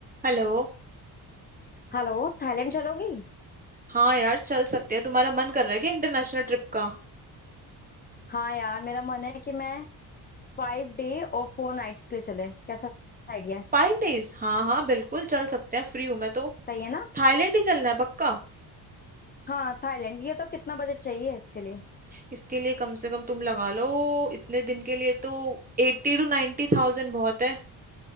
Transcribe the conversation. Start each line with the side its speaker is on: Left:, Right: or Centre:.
Right: Hello
Left: Hello Thailand चलोगी
Right: हाँ यार चल सकते हैं तुम्हारा मन कर रहा है क्या इंटरनेशनल ट्रिप का
Left: हाँ यार मेरा मन है कि मैं फाइव डे और फोर नाइट्स के लिए चले कैसा आइडिया है
Right: फाइव डेज हाँ हाँ बिल्कुल चल सकते हैं फ्री हूँ मैं तो
Left: सही है ना
Right: थाईलैंड ही चलना है पक्का
Left: हाँ थाईलैंड ये तो कितना बजट चाहिए इसके लिए
Right: इसके लिए कम से कम तुम लगा लो इतने दिन के लिए तो एट्टी टू नाइन्टी थाउजेंड बहुत है